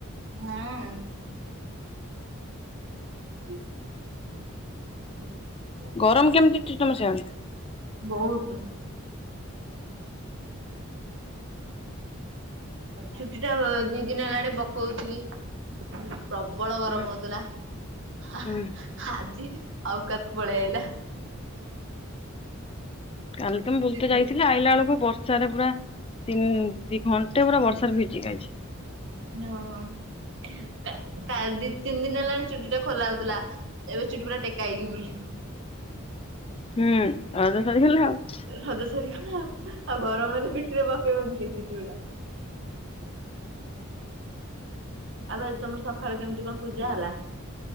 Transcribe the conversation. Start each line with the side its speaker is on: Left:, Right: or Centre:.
Right: ହୁଁ। <inaudible>
Left: ଗରମ କେମତି ଅଛି ତମ ସିଆଡେ?
Right: ବୋହୁତ। ଛୁଟିଟା ଅ ଦି ଦିନ ହେଲାଣି ପକଉଥିଲି। ପ୍ରବଳ ଗରମ
Left: ହୁଁ
Right: ହଉତୁଲା ହା
Left: ହୁଁ
Right: ହା ହାଜି ଅଉକାତକୁ ପଳେଇ ଆଇଲା।
Left: ଏମତି ମୁଁ ବୁଲତେ
Right: ଛୁଟି।
Left: ଯାଇଥି ଲି ଆଇଲା ବେଳୁକୁ ବର୍ଷାରେ ପୁରା ତିନ୍ ଦି ଘଣ୍ଟେ ପୁରା ବର୍ଷାରେ ଭିଜିକି ଆଇଛି।
Right: ନୋ ଓ ଆ ତା ଦି ତିନ ଦିନ ହେଲାଣି ଚୁଟିଟା ଖୋଲା ହଉଥିଲା ଏବେ ଚୁଟି ପୁରା ଟେକା ହେଇକି ବୁଲିବୁ।
Left: ହୁଁ ରଜ ସରିଗଲା ଆଉ।
Right: ହେ ରଜ ସରିଗଲା ଆଉ ଆଉ ଗରମରେ ପିଠିରେ ପକେଇବ କିଏ ଚୁଟିଗୁଡା। ଆବେ ତମର ସଖାଳେ କେମତି କଣ ପୂଜା ହେଲା?